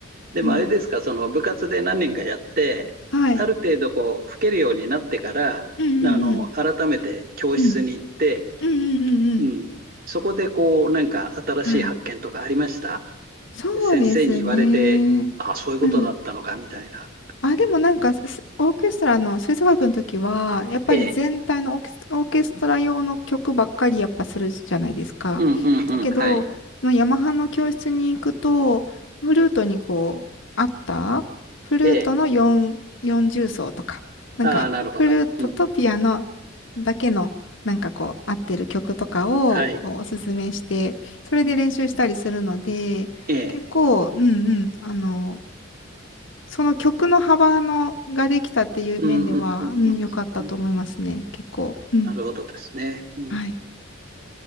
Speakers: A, on the right; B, on the left.
A: でもあれですか、
B: うん。
A: その部活で何年かやって、
B: はい。
A: ある程度こう、吹けるようになってから、
B: うんうんうん。
A: あの、改めて教室に行って、
B: うん。うんうんうんうん。
A: うん。そこでこう、なんか新しい発見とかありました
B: はい。そうですね。
A: 先生に言われて、あ、そういうことだったのか、
B: うん。
A: みたいな。
B: あ、でもなんかす、オーケストラの吹奏楽の時は、やっぱり全体のオーケス、
A: ええ。
B: オーケストラ用の曲ばっかりやっぱするじゃないですか。
A: うん、うん、
B: だけど、
A: うん。はい。
B: のヤマハの教室に行くと、フルートにこう、あったフルートの4、
A: ええ。
B: 40奏とか、なんか、
A: ああ、なるほど。
B: フルートとピアノ
A: うん。
B: だけの、なんかこう、合ってる曲とかを、
A: はい。
B: こう、おすすめして、それで練習したりするので、
A: ええ。
B: 結構、うんうん、あの、その曲の幅のができたっていう面では、
A: うん、うん、うん、うん。
B: うん、良かったと思いますね。
A: うん
B: 結構。うん。
A: なるほどですね。うん
B: はい。